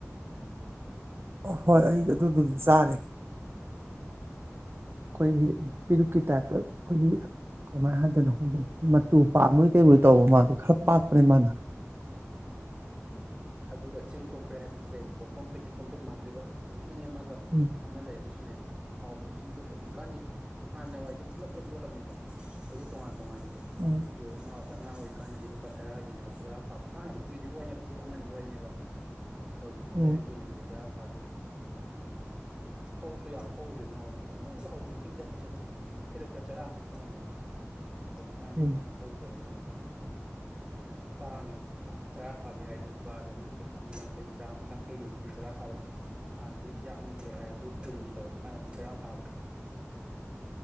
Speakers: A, on the right; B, on the right.
A: ꯑ ꯍꯣꯏ ꯑꯩ ꯑꯗꯨꯗꯨꯗꯤ ꯆꯥꯔꯦ ꯑꯩꯈꯣꯏꯒꯤ ꯄꯦꯔꯨꯛꯀꯤ ꯇꯥꯏꯞꯇ ꯑꯩꯈꯣꯏꯒꯤ ꯀꯃꯥꯏꯅ ꯍꯥꯏꯗꯣꯏꯅꯣ ꯈꯗꯦ ꯃꯇꯨ ꯄꯥ ꯃꯣꯏ ꯀꯩ ꯃꯣꯏ ꯇꯧꯕ ꯃꯥꯒꯤ ꯈꯔ ꯄꯥꯛꯄꯅꯦ ꯃꯥꯅ
B: ꯑꯥ ꯑꯗꯨꯒ ꯆꯤꯡ ꯀꯣꯝꯄꯦꯠ ꯍꯥꯏꯗꯅ ꯑꯃꯁꯁꯨ ꯂꯩꯌꯦꯕꯀꯣ ꯀꯣꯝꯄꯦꯇꯤ ꯀꯣꯝꯄꯦꯠ ꯃꯥꯟꯗꯣꯏꯕ ꯑꯗꯣ ꯌꯥꯝ ꯅꯦꯝꯃꯒ
A: ꯎꯝ
B: ꯑꯃ ꯂꯩ ꯑꯗꯨꯁꯨꯅꯦ ꯎ ꯍꯥꯎꯕꯅꯤ ꯆꯤꯡ ꯀꯨꯞꯄ ꯍꯧꯖꯤꯛꯀꯥꯟꯗꯤ ꯍꯥꯟꯅꯋꯥꯏꯗꯤ ꯄꯨꯂꯞ ꯄꯨꯂꯞ ꯌꯣꯜꯂꯝꯃꯦꯕ ꯍꯧꯖꯤꯛꯇꯤ ꯇꯣꯉꯥꯟ ꯇꯣꯡꯉꯥꯟ ꯌꯦꯜꯂꯦ
A: ꯎꯝ
B: <inaudible> ꯑꯩꯈꯣꯏ ꯑꯉꯥꯡ ꯑꯣꯏꯔꯤꯀꯥꯟꯗꯗꯤ ꯂꯨꯄꯥ ꯇꯔꯥꯒꯤꯅ ꯇꯔꯥ ꯐꯥꯕꯦ ꯑ ꯍꯥꯏꯗꯤ ꯀꯨꯏꯗ꯭ꯔꯤꯕ ꯋꯥꯏꯅꯦꯕꯁ ꯑꯃꯅꯤ ꯋꯥꯏꯅꯦꯕ ꯍꯧ ꯊꯔꯄꯥꯡꯈ
A: ꯎꯝ
B: ꯍꯅꯦ ꯇꯦ ꯇꯔꯥ ꯐꯥꯗ꯭ꯔꯦꯕ ꯍꯥꯏꯗꯤ ꯐꯧꯁꯨ ꯌꯥꯝ ꯍꯧꯗ꯭ꯔꯦ ꯅꯍꯥꯟꯋꯥꯖꯤ ꯄꯪꯉꯧꯗ ꯍꯧꯕꯅꯤ ꯆꯤꯡ ꯆꯠꯄ ꯆꯠ ꯑꯗꯨ ꯆꯤꯔꯛꯋꯆꯔ ꯑꯍ ꯍꯞꯨꯡꯉꯃꯕ ꯑꯗ ꯍꯧꯖꯤꯛꯀꯥꯟꯗꯤ
A: ꯎꯝ
B: ꯑꯃꯨꯛ ꯍꯧꯗ꯭ꯔꯕꯅꯤꯅ ꯌꯥꯝ ꯇꯥꯡꯉꯦ ꯆꯔꯥ ꯐꯥꯒꯦ ꯍꯥꯏꯔꯗꯤ ꯂꯨꯄꯥ ꯑꯗꯨꯝ ꯀꯩꯅꯣꯅꯤ ꯌꯥꯡꯈꯩ ꯌꯥꯡꯈꯩꯒꯤ ꯅꯠꯇꯦ ꯆꯔꯥ ꯐꯥꯗꯕ ꯍꯥꯟꯅꯗꯤ ꯌꯥꯝꯗ꯭ꯔꯦ ꯍꯥꯏꯔꯁꯨ ꯀꯨꯟꯒꯤ ꯇꯧꯕ ꯀꯥꯟꯗ ꯆꯔꯥ ꯐꯥꯕꯅꯤ